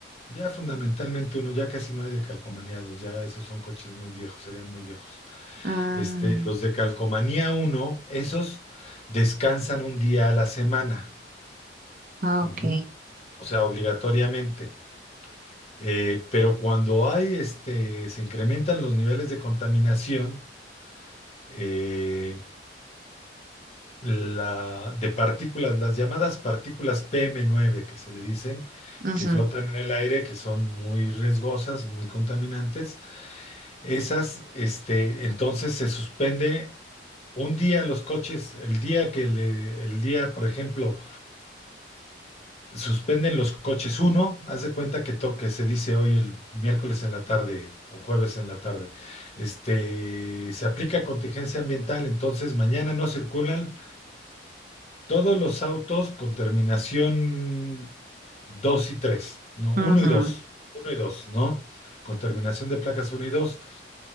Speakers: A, on the left; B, on the right.
A: ya fundamentalmente uno, ya casi no hay de calcomanía dos, ya esos son coches muy viejos, serían muy viejos.
B: Ah,
A: Este, los de calcomanía uno, esos descansan un día a la semana.
B: ah,
A: Ujú.
B: ok.
A: O sea, obligatoriamente. Eh, pero cuando hay, este, se incrementan los niveles de contaminación eh, la, de partículas, las llamadas partículas PM9 que se le dicen,
B: Ujú,
A: que flotan en el aire, que son muy riesgosas, muy contaminantes. Esas, este, entonces se suspende un día los coches, el día que le- el día, por ejemplo, Suspenden los coches uno, haz de cuenta que toque, se dice hoy el miércoles en la tarde o jueves en la tarde. Este, se aplica contingencia ambiental, entonces mañana no circulan todos los autos con terminación 2 y 3 no,
B: ujú.
A: uno y dos uno y dos ¿no? Con terminación de placas uno y dos